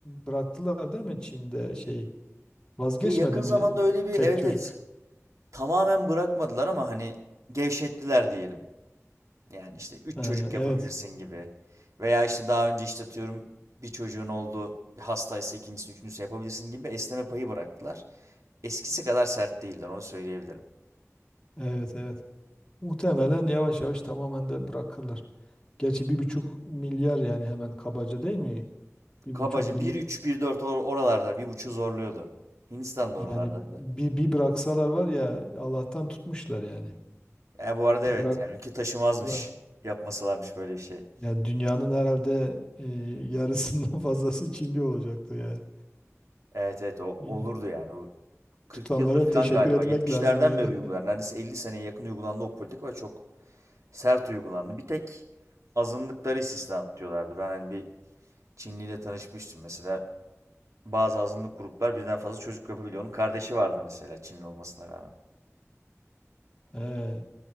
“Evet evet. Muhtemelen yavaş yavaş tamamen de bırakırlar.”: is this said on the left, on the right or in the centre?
Left